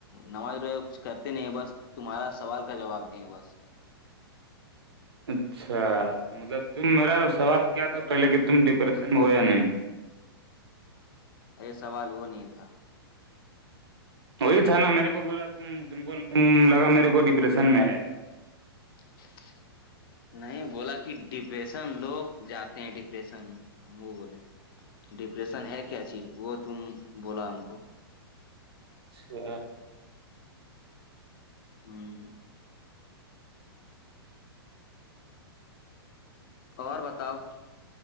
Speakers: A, on the left; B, on the right.
A: نماز روزہ کچھ کر نہیں بس تمہارا سوال کا جواب دیے ہے بس
B: اچھا تو مطلب تم میرا سوال کیا تھا پہلے کہ تم ڈپریشن میں ہو یا نہیں
A: ارے سوال وہ نہیں تھا
B: وہی تھا نا میرے کو بولا تم کو تم لگا میرے کو ڈپریشن میں ہے
A: <inaudible> نہیں بولا کہ ڈپریشن لوگ جاتے ہیں ڈپریشن میں ہم وہ بولے ڈپریشن ہے کیا چیز وہ تم بولا ہم کو
B: اچھا
A: ہوں اور بتاؤ